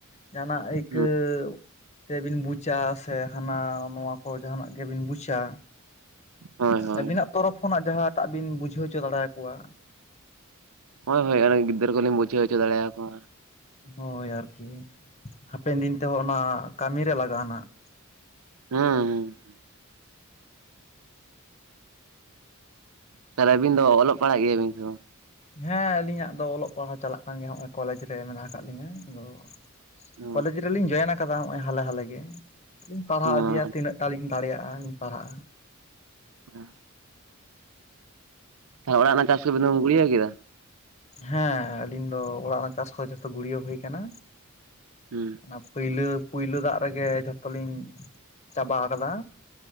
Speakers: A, on the left (about 30°); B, on the right (about 85°).
A: ᱡᱟᱦᱟᱱᱟᱜ ᱟᱹᱭᱠᱟᱹᱣ
B: ᱦᱩᱸ
A: ᱛᱮᱵᱤᱱ ᱵᱩᱡᱟ ᱥᱮ ᱦᱟᱱᱟ ᱱᱚᱣᱟ ᱠᱚ ᱡᱟᱦᱟᱱᱟᱜ ᱜᱮᱵᱤᱱ ᱵᱩᱡᱟ᱾
B: ᱦᱳᱭ ᱦᱳᱭ
A: ᱟᱵᱤᱱᱟᱜ ᱛᱚᱨᱚᱯ ᱠᱷᱚᱱᱟᱜ ᱡᱟᱦᱟ ᱴᱟᱜ ᱵᱤᱱ ᱵᱩᱡᱷᱟᱹᱣ ᱦᱚᱪᱚ ᱫᱟᱲᱮ ᱭᱟᱠᱚᱣᱟ᱾
B: ᱦᱳᱭ ᱦᱳᱭ ᱟᱨᱚ ᱜᱤᱫᱟᱹᱨ ᱠᱚᱞᱤᱧ ᱵᱩᱡᱷᱟᱹᱣᱪᱚ ᱫᱟᱲᱮ ᱭᱟᱣᱟᱼᱼ
A: ᱦᱳᱭ ᱟᱨᱠᱤ ᱦᱟᱯᱮᱱ ᱫᱤᱱ ᱛᱮ ᱚᱱᱟ ᱠᱟᱹᱢᱤ ᱨᱮ ᱞᱟᱜᱟᱜᱼᱟ ᱱᱟᱦᱱᱟᱜ
B: ᱦᱩᱸᱻ ᱛᱟᱦᱚᱞᱮ ᱟᱹᱵᱤᱱ ᱫᱚ ᱚᱞᱚᱜ ᱯᱟᱲᱦᱟᱜ ᱜᱮᱭᱟ ᱵᱤᱱ ᱥᱮ ᱵᱟᱝ?
A: ᱦᱮᱸ ᱟᱞᱤᱧᱟᱜ ᱫᱚ ᱚᱞᱚᱜ ᱯᱟᱲᱦᱟᱣ ᱪᱟᱞᱟᱜ ᱠᱟᱱ ᱜᱮᱭᱟ ᱱᱚᱜ ᱚᱭ ᱠᱚᱞᱮᱡᱽ ᱨᱮ ᱢᱮᱱᱟᱜ ᱟᱠᱟᱫ ᱞᱤᱧᱟᱹ ᱟᱫᱚᱼᱼ
B: ᱚ
A: ᱠᱚᱞᱮᱡ ᱨᱮᱞᱤᱧ ᱡᱚᱭᱮᱱ ᱟᱠᱟᱫᱟ ᱱᱚᱜ ᱚᱭ ᱦᱟᱞᱮ ᱦᱟᱞᱮ ᱜᱮ ᱟᱫᱚᱞᱤᱧ ᱯᱟᱲᱦᱟᱣ
B: ᱟᱪᱪᱷᱟ,
A: ᱤᱫᱤᱭᱟ ᱛᱤᱱᱟᱹᱜᱴᱟ ᱞᱤᱧ ᱫᱟᱲᱮᱭᱟᱜᱼᱟ ᱯᱟᱲᱦᱟᱜᱼᱟ
B: ᱚᱻ ᱛᱚ ᱚᱲᱟᱜ ᱨᱮᱱᱟᱜ ᱪᱟᱥ ᱠᱚᱵᱮᱱ ᱜᱩᱲᱤᱭᱟᱹ ᱠᱮᱫᱟ᱾
A: ᱦᱮ ᱟᱞᱤᱧ ᱫᱚ ᱚᱲᱟᱜ ᱨᱮᱱ ᱪᱟᱥ ᱠᱚ ᱡᱚᱛᱚ ᱜᱩᱲᱭᱟᱹ ᱦᱩᱭ ᱠᱟᱱᱟ᱾
B: ᱦᱩ
A: ᱚᱱᱟ ᱯᱟᱹᱭᱞᱟᱹ ᱯᱩᱭᱞᱟᱹ ᱫᱟᱜ ᱨᱮᱜᱮ ᱡᱷᱚᱛᱚ ᱞᱤᱧ ᱪᱟᱵᱟ ᱠᱟᱫᱟ᱾